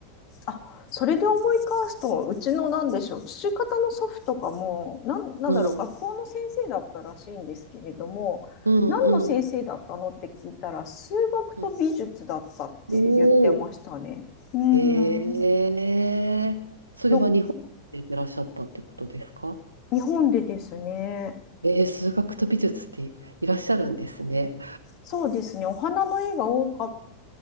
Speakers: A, on the left; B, on the right.
A: あ、それで思い返すと、うちのなんでしょう、父方の祖父とかも、なん、なんだろう、
B: うん、
A: 学校の先生だったらしいんですけれども、
B: うん、
A: 何の先生だったのって聞いたら、
B: うん。
A: 数学と美術だったって言ってましたね。
B: うんお
A: うーん、
B: ええそれは日本でいらっしゃったってことですか
A: の、日本でですね、
B: えー数学と美術っていらっしゃるんですね。
A: そうですね、お花の絵が多かっ